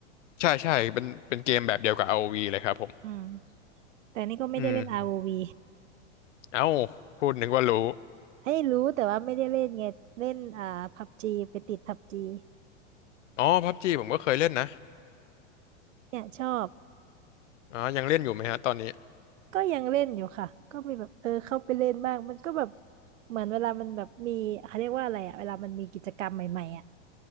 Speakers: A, on the left; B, on the right.
A: ใช่ใช่เป็นเป็นเกมแบบเดียวกับ a วีเลยครับผม
B: อืมแต่นี่ก็ไม่ได้เล่นอาร์โอวี
A: อืมเอ้าพูดนึกว่ารู้
B: ไอ้ยรู้แต่ว่าไม่ได้เล่นไงเล่นอ่าพับจีไปติดพับจี
A: อ๋อพับจีผมก็เคยเล่นนะ
B: เนี่ยชอบ
A: อ๋อยังเล่นอยู่ไหมฮะตอนนี้
B: ก็ยังเล่นอยู่ค่ะก็มีแบบเออเข้าไปเล่นบ้างมันก็แบบเหมือนเวลามันแบบมีเขาเรียกว่าอะไรอ่ะเวลามันมีกิจกรรมใหม่ๆอ่ะ